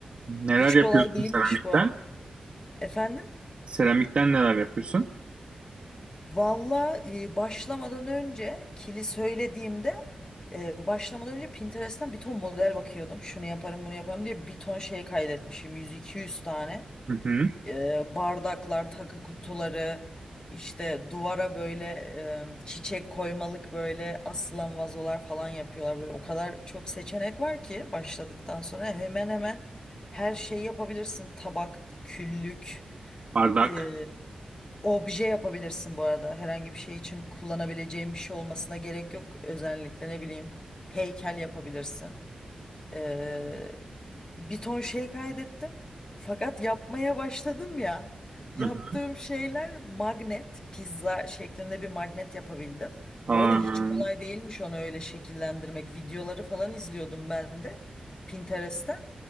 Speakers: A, on the right; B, on the left.
A: neler
B: Hiç
A: yapıyorsun
B: kolay değilmiş
A: seramikten?
B: bu arada. Efendim?
A: Seramikten neler yapıyorsun?
B: Valla e, başlamadan önce kili söylediğimde e, başlamadan önce Pinterest'ten bir ton model bakıyordum. Şunu yaparım bunu yaparım diye bir ton şey kaydetmişim. 100-200 tane.
A: Hı hı.
B: E, bardaklar, takı kutuları, işte duvara böyle e, çiçek koymalık böyle asılan vazolar falan yapıyorlar. Böyle o kadar çok seçenek var ki başladıktan sonra hemen hemen her şeyi yapabilirsin. Tabak, küllük.
A: Bardak.
B: e, Obje yapabilirsin bu arada. Herhangi bir şey için kullanabileceğin bir şey olmasına gerek yok. Özellikle ne bileyim heykel yapabilirsin. Ee, bir ton şey kaydettim. Fakat yapmaya başladım ya. Yaptığım
A: Hı hı.
B: şeyler magnet, pizza şeklinde bir magnet yapabildim.
A: Aa,
B: Bu arada hiç kolay değilmiş onu öyle şekillendirmek. Videoları falan izliyordum ben de Pinterest'ten.